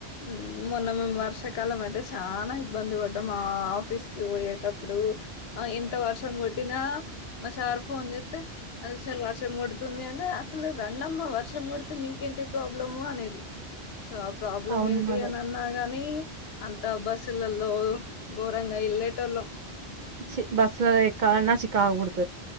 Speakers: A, on the left; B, on the right.
A: ఊమ్ మొన్న మేము వర్షాకాలం అయితే చానా ఇబ్బంది పడ్డం మా ఆఫీస్ కి పోయేటప్పుడు ఆ ఇంత వర్షం కొట్టినా మా సార్ ఫోన్ చేస్తే అది సారి వర్షం కొడుతుంది అంటే అసలు రండమ్మా వర్షం కొడితే మీకేంటి ప్రాబ్లము అనేది సో అప్ ప్రాబ్లం
B: అవును
A: ఏంటి
B: మరి
A: అని అన్నా గాని అంత బస్సులలో ఘోరంగా ఎళ్ళేటోళ్ళం
B: చి బస్ లో ఎక్కాలన చి కాగుడదు